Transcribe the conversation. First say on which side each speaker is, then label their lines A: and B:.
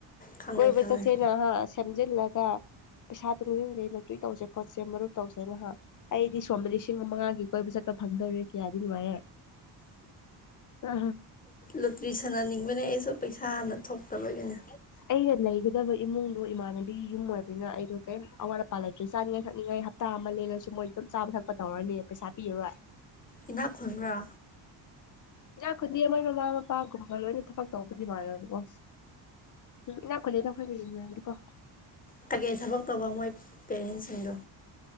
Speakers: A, on the left; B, on the left.
A: ꯈꯪꯉꯦ
B: ꯀꯣꯏꯕ
A: ꯈꯪꯉꯦ
B: ꯆꯠꯁꯦꯅꯍ ꯁꯦꯝꯝꯖꯤꯜꯂꯒ ꯄꯩꯁꯥ ꯇꯨꯡꯁꯤꯟꯖꯩ ꯂꯇꯣꯏ ꯇꯧꯁꯦ ꯈꯣꯠꯁꯦ ꯃꯔꯨꯨꯞ ꯇꯧꯁꯦ ꯅꯍꯥꯛ ꯑꯩꯗꯤ ꯁꯣꯝꯗ ꯂꯤꯁꯤꯡ ꯃꯉꯥꯒꯤ ꯀꯣꯏꯕ ꯆꯠꯄ ꯐꯪꯗꯧꯔꯤ ꯃꯔꯦ ꯑ
A: ꯂꯨꯇ꯭ꯔꯤ ꯁꯥꯟꯅꯅꯤꯡꯕꯅꯦ ꯑꯩꯁꯨ ꯄꯩꯁꯥꯅ ꯊꯣꯛꯀ ꯂꯣꯏꯒꯅꯤ
B: ꯑꯩꯒ ꯂꯩꯒꯗꯕ ꯏꯃꯨꯡꯗ ꯏꯃꯥꯟꯅꯕꯤꯒꯤ ꯌꯨꯝ ꯑꯣꯏꯕꯅꯤꯅ ꯑꯩꯗꯣ ꯀꯔꯤꯝ ꯑꯋꯥꯠ ꯑ ꯄꯥꯜꯂꯛꯇ꯭ꯔꯦ ꯆꯥꯅꯤꯡꯉꯥꯏ ꯊꯛꯅꯤꯡꯉꯥꯏ ꯇꯥꯃꯜꯂꯦꯂꯁꯨ ꯃꯣꯏ ꯑꯗꯨꯝ ꯆꯥꯕ ꯊꯛꯄ ꯇꯧꯔꯅꯤ ꯄꯩꯁꯥ ꯄꯤꯔꯨꯔꯣꯏ
A: ꯏꯅꯥꯛ ꯈꯨꯟꯕ꯭ꯔꯥ
B: ꯏꯥ ꯈꯨꯗꯤ ꯃꯣꯏ ꯃꯃꯥ ꯃꯄꯥꯒꯨꯝꯕꯒ ꯂꯣꯏꯅ ꯊꯕꯛ ꯇꯧꯕꯗꯤ ꯃꯥꯜꯂꯅꯤꯀꯣ ꯎꯝ ꯂꯥꯛꯈꯠꯂꯦ ꯇꯈꯣꯏꯗꯤ ꯀꯣ
A: ꯇꯒꯦ ꯊꯕꯛ ꯇꯧꯕ ꯃꯣꯏ ꯄꯦꯔꯦꯟꯁꯤꯡꯗꯣ